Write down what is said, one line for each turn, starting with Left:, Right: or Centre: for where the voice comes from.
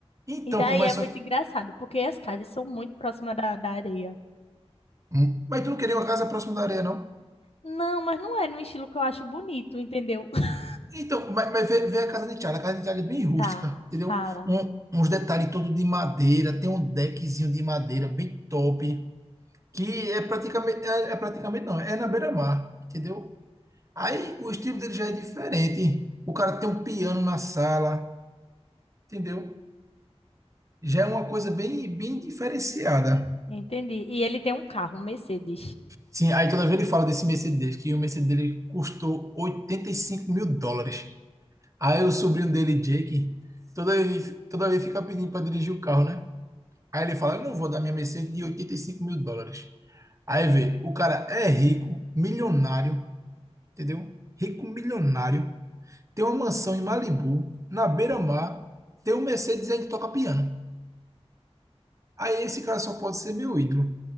Right: Então,
Left: E daí
Right: pô, mas
Left: é muito
Right: só que.
Left: engraçado, porque as casas são muito próximas da, da areia.
Right: Hum. Mas tu não queria uma casa próxima da areia, não?
Left: Não, mas não é num estilo que eu acho bonito, entendeu? <laughs>
Right: Então, mas, mas vê, vê a casa de Thiago. A casa de Thiago é bem rústica,
Left: Tá,
Right: entendeu?
Left: fala.
Right: Um- uns detalhes todo de madeira, tem um deckzinho de madeira bem top, que é praticamente, é, é praticamente não, é na beira-mar, entendeu? Aí o estilo dele já é diferente. O cara tem um piano na sala, entendeu? Já é uma coisa bem, bem diferenciada.
Left: Entendi. E ele tem um carro, um Mercedes,
Right: Sim, aí toda vez ele fala desse Mercedes, que o Mercedes dele custou oitenta e cinco mil dólares. Aí o sobrinho dele, Jake, toda vez, toda vez fica pedindo para dirigir o carro, né? Aí ele fala, eu não vou dar minha Mercedes de oitenta e cinco mil dólares. Aí vê, o cara é rico, milionário, entendeu? Rico, milionário, tem uma mansão em Malibu, na beira-mar, tem um Mercedes e ainda toca piano. Aí esse cara só pode ser meu ídolo,